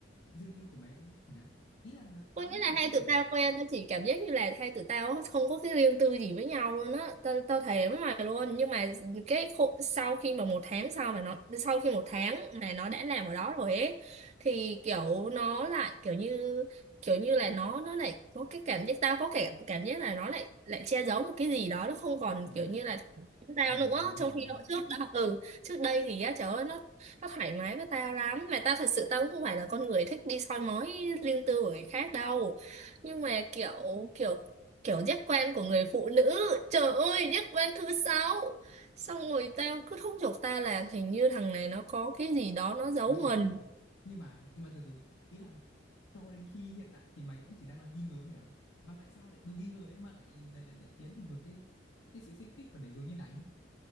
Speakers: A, on the left (about 80°); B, on the right (about 35°).
A: riêng tư của mày không? thằng hạn. Ý là tao
B: Có nghĩa
A: nghĩ
B: là
A: là cũng
B: hai
A: phải
B: tụi tao quen tao chỉ cảm giác như là hai tụi tao không có cái riêng tư gì với nhau luôn á tao tao thề với mày luôn nhưng mà cái khu, sau khi mà một tháng sau mà nó sau khi một tháng mà nó đã làm ở đó rồi ấy thì kiểu nó lại kiểu như kiểu như là nó nó lại có cái cảm giác tao có cảm cảm giác là nó lại lại che giấu một cái gì đó nó không còn
A: à,
B: kiểu như là tao
A: hiểu
B: nữa
A: luôn, hiểu
B: trong khi
A: luôn.
B: hồi trước đó ừ trước đây thì á trời ơi nó nó thoải mái với tao lắm Mà tao thật sự tao cũng không phải là con người thích đi soi mói riêng tư của người khác đâu Nhưng mà kiểu kiểu kiểu giác quan của người phụ nữ Trời ơi giác quan thứ sáu Xong rồi tao cứ thúc giục tao là hình như thằng này nó có cái gì đó nó
A: Ủa
B: giấu
A: nhưng mà
B: mình
A: nhưng mà nhưng mà từ từ ý là cho đến khi hiện tại thì mày vẫn chỉ đang là nghi ngờ thôi à? Và tại sao lại từ nghi ngờ đấy mà lại lại lại, lại biến thành một cái cái sự xích mích và để rồi như này?